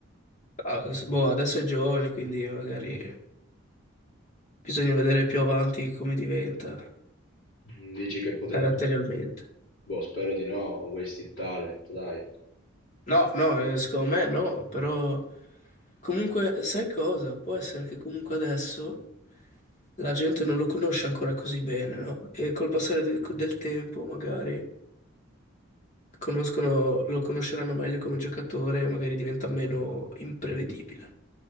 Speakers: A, on the left; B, on the left.
A: Ah, s- boh, adesso è giovane, quindi magari bisogna vedere più avanti come diventa
B: mm, Dici che potrebbe...
A: caratterialmente.
B: Boh, spero di no, un wasted talent, dai.
A: No, no, eh, secondo me no, però comunque sai cosa? Può essere che comunque adesso la gente non lo conosce ancora così bene, no? E col passare de- del tempo, magari conoscono- lo conosceranno meglio come giocatore, magari diventa meno imprevedibile.